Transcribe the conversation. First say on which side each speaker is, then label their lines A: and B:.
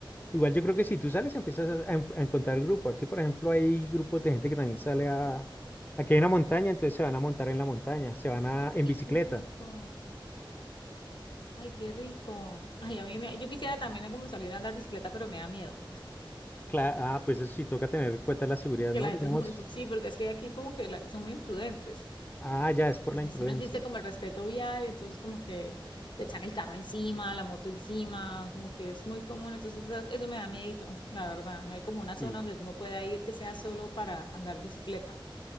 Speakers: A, on the left (about 20°); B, on the left (about 65°).
A: Igual yo creo que si tú sales empiezas a, a en- a encontrar grupos. Aquí, por ejemplo, hay grupos de gente que también sale a... Aquí hay una montaña, entonces se van a montar en la montaña, se van a
B: Ay,
A: en bicicleta.
B: qué rico. Ay, qué rico. Ay, a mí me, yo quisiera también como salir a andar bicicleta, pero me da miedo.
A: Cla- ah, pues eso sí toca tener en cuenta la seguridad,
B: Que
A: ¿no?
B: la gente
A: Digamos,
B: es muy, sí, porque es que aquí como que la- son muy imprudentes.
A: ah, ya es por
B: Es
A: la
B: que
A: imprudencia.
B: así no existe como el respeto vial, entonces como que te echan el carro encima, la moto encima, como que es muy común, entonces eso, eso me da miedito, la verdad. No hay como una zona
A: Sí.
B: donde uno pueda ir que sea solo para andar bicicleta.